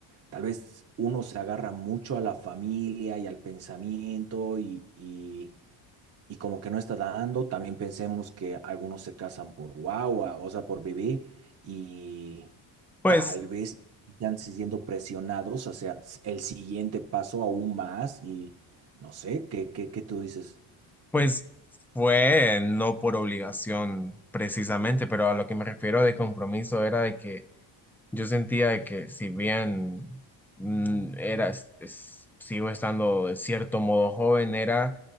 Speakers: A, on the right; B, in the centre.
A: tal vez uno se agarra mucho a la familia y al pensamiento y, y y como que no está dando. También pensemos que algunos se casan por guagua, o sea, por bebé, y
B: Pues,
A: tal vez están siendo presionados hacia el siguiente paso aún más y no sé, ¿qué, qué, qué tú dices?
B: pues fue no por obligación precisamente, pero a lo que me refiero de compromiso era de que Yo sentía de que si bien mm, era, es- es- sigo estando de cierto modo joven, era